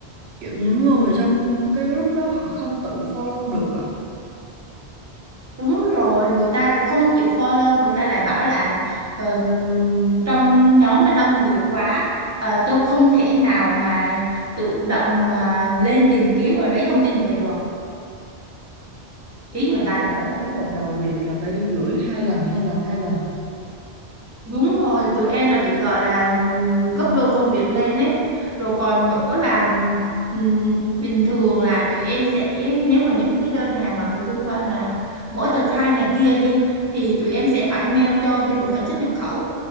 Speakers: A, on the right; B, on the right.
A: kiểu những người trong cái group đó họ không tự follow được à
B: Đúng rồi, người ta lại không chịu follow, người ta lại bảo là ờm, trong nhóm đã đông người quá, ờ, tôi không thể nào mà tự động mà lên tìm kiếm rồi lấy thông tin về được. Ý
A: mà
B: người ta
A: cứ
B: là
A: mỗi
B: vậy.
A: một đầu việc là phải gửi hai lần hai lần hai lần
B: Đúng rồi, tụi em là bị gọi là ừm, gấp đôi công việc lên ấy. Rồi còn nữa là ừm, bình thường là tụi em sẽ nếu mà những cái đơn hàng mà liên quan là mỗi tờ khai này kia đi thì tụi em sẽ phải mail cho bên bộ phận xuất nhập khẩu